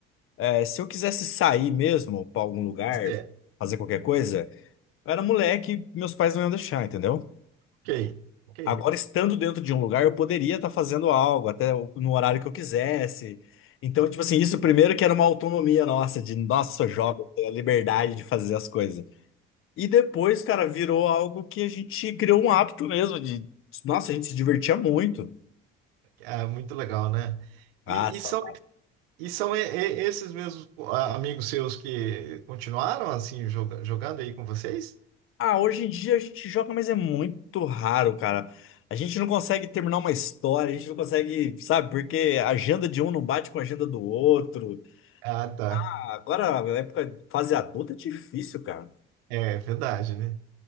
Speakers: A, on the left; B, on the right.
A: é, se eu quisesse sair mesmo pra algum lugar,
B: É,
A: fazer qualquer coisa, eu era moleque, meus pais não iam deixar, entendeu?
B: ok, ok.
A: Agora, estando dentro de um lugar, eu poderia estar fazendo algo, até o- no horário que eu quisesse. Então, tipo assim, isso primeiro que era uma autonomia nossa, de nossa, jovem, ter a liberdade de fazer as coisas. E depois, cara, virou algo que a gente criou um hábito mesmo de. Nossa, a gente se divertia muito.
B: Ah, muito legal, né?
A: Ah,
B: E,
A: saudade.
B: e são, e são e- e- esses mesmos ah, amigos seus que continuaram assim joga- jogando aí com vocês?
A: Ah, hoje em dia a gente joga, mas é muito raro, cara. A gente não consegue terminar uma história, a gente não consegue, sabe, porque a agenda de um não bate com a agenda do outro.
B: Ah, tá.
A: Ah, agora, a época, fase adulta é difícil, cara.
B: É verdade, né?